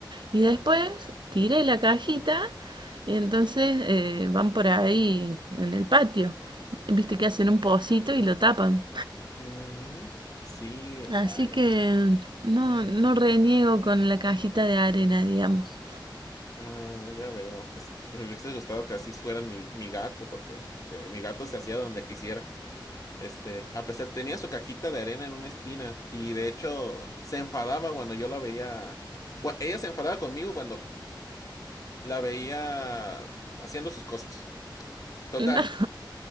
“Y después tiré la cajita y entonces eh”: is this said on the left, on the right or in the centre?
Right